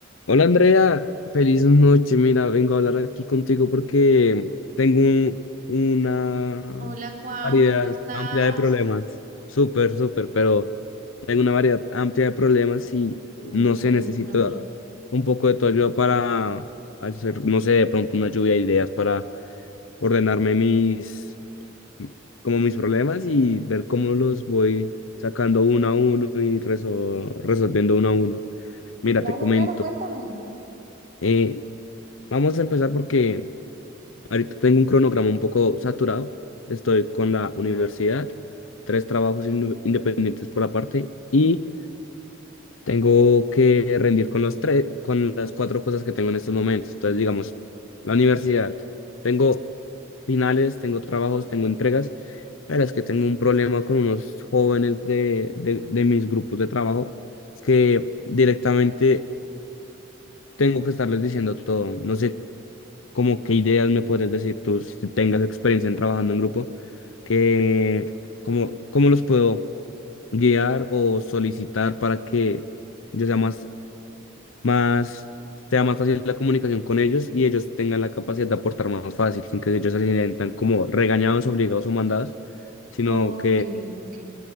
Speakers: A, on the left; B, on the right.
A: Hola Andrea, feliz noche. Mira, vengo a hablar aquí contigo porque tengo un- una
B: Hola Juan,
A: variedad
B: ¿cómo estás?
A: amplia de problemas. Súper, súper, pero tengo una variedad amplia de problemas y
B: Uy,
A: no sé,
B: cuéntame.
A: necesito un poco de tu ayuda para hacer, no sé, de pronto una lluvia de ideas para ordenarme mis, como mis problemas y ver cómo los voy sacando uno a uno y resol- resolviendo uno a uno. Mira,
B: Claro,
A: te comento.
B: claro, cuéntame.
A: Eh, Vamos a empezar porque ahorita tengo un cronograma un poco saturado. Estoy con la universidad, tres trabajos inde- independientes por aparte y tengo que rendir con los tres, con las cuatro cosas que tengo en estos momentos. Entonces, digamos, la universidad, tengo finales, tengo trabajos, tengo entregas, pero es que tengo un problema con unos jóvenes de, de, de mis grupos de trabajo que directamente tengo que estarles diciendo todo. No sé como qué ideas me podrías decir tú si tengas experiencia en trabajando en grupo, que cómo, cómo los puedo guiar o solicitar para que yo sea más, más, sea más fácil la comunicación con ellos y ellos tengan la capacidad de aportar más fácil, sin que ellos se sientan como regañados, obligados o mandados, sino
B: Ok,
A: que
B: ok.